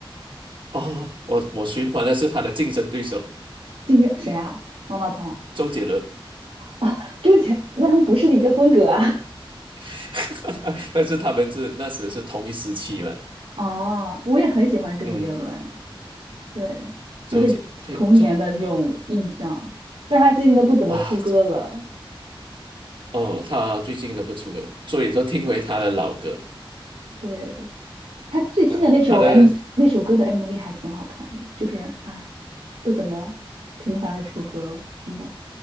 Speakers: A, on the right; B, on the right.
A: 哦，我我循环的是他的竞争对手
B: 经常谁啊？方大同
A: 周杰伦，
B: 啊，<laughs> 周杰，那他们不是一个风格啊。
A: <laughs> 但是他们是那时是同一时期嘛，
B: <laughs> 哦，我也很喜欢周杰伦，
A: 嗯，
B: 对，
A: 周杰对周
B: 就是童年的那种印象，但是他最近都不怎么出歌了。
A: 哇。哦，他最近都不出歌，所以都听回他的老歌
B: 对，他最新的那首
A: 啊，他的
B: M 那首歌的 MV 还挺好看的，就是哎，不怎么频繁的出歌了，真的。